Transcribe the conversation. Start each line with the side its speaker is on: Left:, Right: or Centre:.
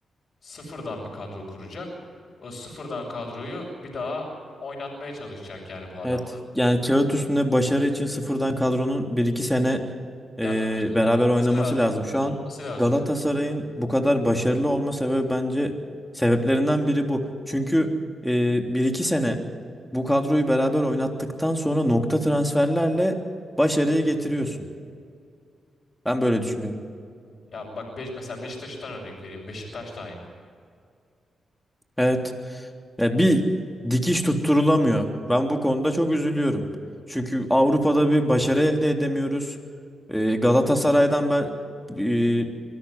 Left: sıfırdan bir kadro kuracak. O sıfırdan kadroyu bir daha oynatmaya çalışacak yani bu adam.
Centre: Evet yani kağıt üstünde başarı için sıfırdan kadronun bir iki sene e,
Left: Ya tabii şimdi
Centre: beraber
Left: oturması
Centre: oynaması
Left: lazım.
Centre: lazım. Şu
Left: Oturması
Centre: an
Left: lazım.
Centre: Galatasaray'ın bu kadar başarılı olma sebebi bence sebeplerinden biri bu. Çünkü e, 1-2 sene bu kadroyu beraber oynattıktan sonra nokta transferlerle başarıyı getiriyorsun. Ben böyle düşünüyorum.
Left: Ya bak beş, mesela Beşiktaş'tan örnek vereyim. Beşiktaş da aynı.
Centre: Evet. Ya bir dikiş tutturulamıyor. Ben bu konuda çok üzülüyorum. Çünkü Avrupa'da bir başarı elde edemiyoruz. Ee, Galatasaray'dan ben e,